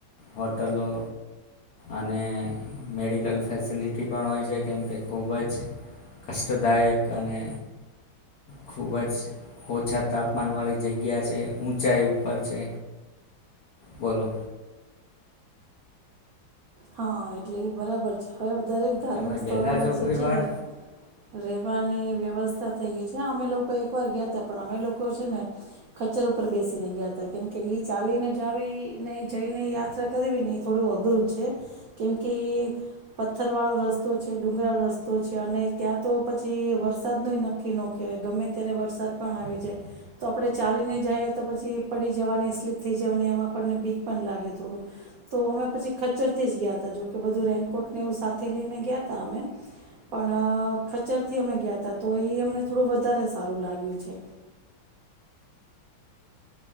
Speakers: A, on the left; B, on the right.
A: હોટલો અને મેડિકલ ફેસિલિટી પણ હોય છે કેમકે ખૂબ જ. કષ્ટદાયક અને ખૂબ જ ઓછા તાપમાન વાળી જગ્યા છે ઊંચાઈ ઉપર છે બોલો.
B: હા એટલે એ બરાબર છે હવે દરેક ધાર્મિક
A: તમે
B: સ્થળોમાં
A: ગયેલા છો
B: સ્
A: કોઈ
B: છે
A: વાર
B: ને રહેવાની વ્યવસ્થા થઈ ગઈ છે. અમે લોકો એકવાર ગ્યા તા પણ અમે લોકો છે ને, ખચ્ચર ઉપર બેસીને ગ્યા તા. કેમ કે ઈ ચાલીને જાવી ને જઈને ઈ યાત્રા કરવી ને એ થોડું અઘરું છે. કેમ કે ઈ પથ્થરવાળો રસ્તો છે, ડુંગરાળ રસ્તો છે, અને ત્યાં તો પછી વરસાદનો ય નક્કી નો કેવાય, ગમે ત્યારે વરસાદ પણ આવી જાય. તો આપણે ચાલીને જાએ તો પછી પડી જવાની, સ્લીપ થઈ જવાની એમાં આપણને બીક પણ લાગે થોડુંક. તો અમે પછી ખચ્ચર થી જ ગ્યા તા, જોકે બધું રેનકોટને એવું સાથે લઈને ગ્યા તા અમે, પણ ખચરથી અમે ગ્યા તા. તો ઈ અમને થોડું વધારે સારું લાગ્યું છે.